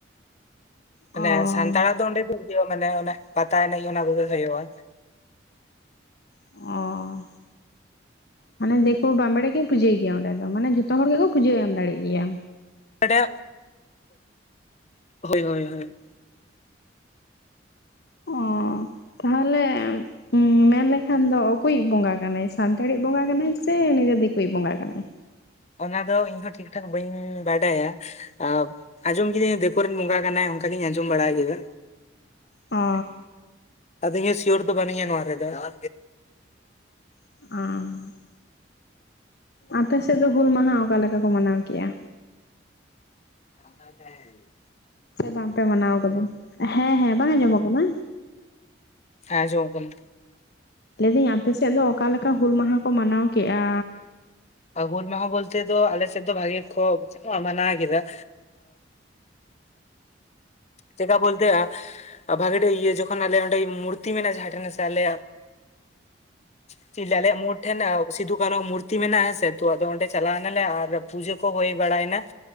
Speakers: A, on the left (about 35°); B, on the left (about 55°).
A: ᱢᱟᱱᱮ
B: ᱚ
A: ᱥᱟᱱᱛᱟᱲᱟᱜ ᱫᱚ ᱚᱸᱰᱮ ᱫᱚ ᱤᱭᱳ ᱢᱟᱱᱮ ᱚᱱᱮ ᱯᱟᱛᱟ ᱮᱱᱮᱡ ᱜᱮ ᱚᱱᱟ ᱠᱚᱜᱮ ᱦᱩᱭᱩᱜᱼᱟ᱾
B: ᱚᱻᱻ ᱢᱟᱱᱮ ᱫᱤᱠᱩ ᱵᱟᱢᱵᱲᱮ ᱜᱮ ᱯᱩᱡᱟᱹᱭ ᱜᱮᱭᱟ ᱚᱸᱰᱮ ᱫᱚ ᱢᱟᱱᱮ ᱡᱷᱚᱛᱚ ᱦᱚᱲ ᱜᱮᱠᱚ ᱯᱩᱡᱟᱹᱭ ᱮᱢ ᱫᱟᱲᱮᱜ ᱜᱮᱭᱟ
A: <unintelligible> ᱦᱳᱭ ᱦᱳᱭ ᱦᱳᱭ ᱦᱳᱭ
B: ᱚ ᱛᱟᱦᱚᱞᱮ ᱩᱸᱸ ᱢᱮᱱ ᱞᱮᱠᱷᱟᱱ ᱫᱚ ᱚᱠᱚᱭᱤᱡ ᱵᱚᱸᱜᱟ ᱠᱟᱱᱟᱭ ᱥᱟᱱᱛᱟᱲᱤᱡ ᱵᱚᱸᱜᱟ ᱠᱟᱱᱟᱭ ᱥᱮ ᱱᱤᱡᱮ ᱫᱤᱠᱩᱭᱤᱡ ᱵᱚᱸᱜᱟ ᱠᱟᱱᱟᱭ
A: ᱚᱱᱟ ᱫᱚ ᱤᱧ ᱦᱚᱸ ᱴᱷᱤᱠ ᱴᱷᱟᱠ ᱵᱟᱹᱧ ᱵᱟᱰᱟᱭᱟ ᱟᱨ ᱟᱸᱡᱚᱢ ᱠᱤᱫᱟᱹᱧ ᱫᱮᱠᱳ ᱨᱮᱱ ᱵᱚᱸᱜᱟ ᱠᱟᱱᱟᱭ ᱚᱱᱠᱟ ᱜᱤᱧ ᱟᱸᱡᱚᱢ ᱵᱟᱲᱟ ᱠᱮᱫᱟ
B: ᱚ
A: <inaudible> ᱟᱫᱚ ᱤᱧ ᱦᱚᱸ ᱥᱤᱭᱳᱨ ᱫᱚ ᱵᱟᱹᱱᱩᱧᱟ ᱱᱚᱣᱟ ᱨᱮᱫᱚ <unintelligible>
B: <inaudible> ᱟᱯᱮ ᱥᱮᱫ ᱫᱚ ᱦᱩᱞ ᱢᱟᱦᱟ ᱚᱠᱟ ᱞᱮᱠᱟ ᱠᱚ ᱢᱟᱱᱟᱣ ᱠᱮᱭᱟ?
A: ᱥᱟᱱᱛᱟᱲ ᱛᱮ <unintelligible>
B: ᱥᱮ ᱵᱟᱝ ᱯᱮ ᱢᱟᱱᱟᱣ ᱟᱠᱟᱫᱟ? ᱦᱮᱸ ᱦᱮᱸ ᱵᱟᱝ ᱟᱸᱡᱚᱢᱚᱜ ᱠᱟᱱᱟ
A: ᱦᱮᱸ ᱟᱸᱡᱚᱢ ᱠᱟᱱᱟ᱾
B: ᱞᱟᱹᱭᱫᱟᱹᱧ ᱟᱯᱮᱥᱮᱫ ᱫᱚ ᱚᱠᱟᱮᱠᱟ ᱦᱩᱞ ᱢᱟᱦᱟ ᱠᱚ ᱢᱟᱱᱟᱣ ᱠᱮᱜᱼᱟ?
A: <unintelligible> ᱵᱚᱞᱛᱮ ᱫᱚ ᱟᱞᱮᱥᱮᱫ ᱫᱚ ᱵᱷᱟᱹᱜᱤ ᱠᱚ ᱢᱟᱱᱟᱣ ᱠᱮᱫᱟ ᱪᱮᱫᱟᱜ ᱵᱚᱞᱛᱮ ᱟ ᱵᱷᱟᱹᱜᱤ ᱴᱷᱮᱡ ᱤᱭᱟᱹ ᱡᱚᱠᱷᱚᱱ ᱟᱞᱮ ᱚᱸᱰᱮ ᱢᱩᱨᱛᱤ ᱢᱮᱱᱟᱜᱼᱟ ᱡᱟᱦᱟᱸᱴᱷᱮᱱ ᱥᱮ ᱟᱞᱮ <unintelligible> <unintelligible> ᱟᱞᱮᱭᱟᱜ ᱢᱳᱲ ᱴᱷᱮᱱ ᱥᱤᱫᱩ ᱠᱟᱱᱩ ᱢᱩᱨᱛᱤ ᱢᱮᱱᱟᱜᱼᱟ ᱥᱮ ᱛᱚ ᱟᱫᱚ ᱚᱸᱰᱮ ᱪᱟᱞᱟᱣ ᱱᱟᱞᱮ ᱟᱨ ᱯᱩᱡᱟᱹ ᱠᱚ ᱦᱩᱭ ᱵᱟᱲᱟᱭ ᱱᱟ